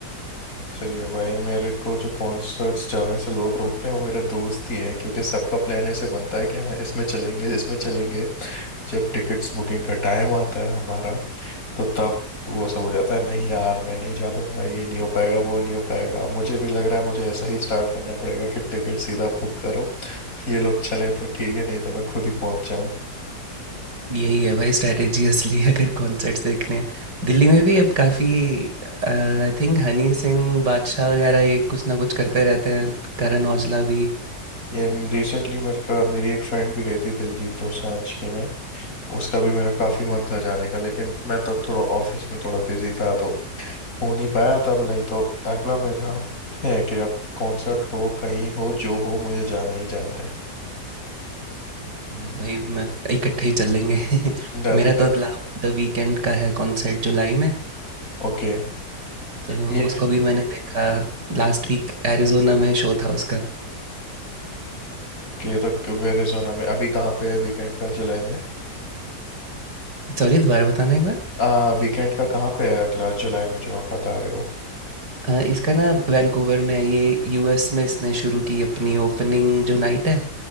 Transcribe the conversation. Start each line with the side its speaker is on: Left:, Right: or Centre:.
Left: सही है भाई मेरे को जो कॉन्सर्ट्स जाने से लोग रोकते हैं वो मेरे दोस्त ही है क्योंकि सबका प्लान ऐसे बनता है कि हाँ इसमें चलेंगे इसमें चलेंगे जब टिकट्स बुकिंग का टाइम आता है हमारा तो तब वो सब हो जाता है नहीं यार मैं नहीं जा पाऊंगा ये नहीं हो पाएगा वो नहीं हो पाएगा मुझे भी लग रहा है मुझे ऐसा ही स्टार्ट करना पड़ेगा कि टिकट सीधा बुक करो ये लोग चलें तो ठीक है नहीं तो मैं खुद ही पहुंच जाऊं
Right: यही है भाई स्ट्रेटेजी असली अगर कॉन्सर्ट्स देखने हैं दिल्ली में भी अब काफ़ी आई थिंक हनी सिंह बादशाह वगैरह ये कुछ ना कुछ करते रहते हैं करण औजला भी
Left: ये रिसेंटली मेरे का मेरी एक फ्रेंड भी गई थी दिलजीत दोसांझ के में उसका भी मेरा काफ़ी मन था जाने का लेकिन मैं तब थोड़ा ऑफिस में थोड़ा बिजी था तो हो नहीं पाया तब नहीं तो अगला मेरा है कि अब कॉन्सर्ट हो कहीं हो जो हो मुझे जाना ही जाना है
Right: बस भाई मैं इकट्ठे ही चल लेंगे <laughs>
Left: Done
Right: मेरा
Left: done
Right: तो अगला द वीकेंड का है कॉन्सर्ट जुलाई में
Left: ओके
Right: तो
Left: ये
Right: उसको भी मैंने देखा लास्ट वीक एरिजोना में शो था उसका
Left: कि ये तो वेरिजोना में अभी कहाँ पे है वीकेंड का जुलाई में
Right: सॉरी दोबारा बताना एक बार
Left: आ वीकेंड का कहाँ पे है अगला जुलाई में जो आप बता रहे हो
Right: अ, इसका ना अब वैंकूवर में है, ये यूएस में इसने शुरू की अपनी ओपनिंग जो नाइट है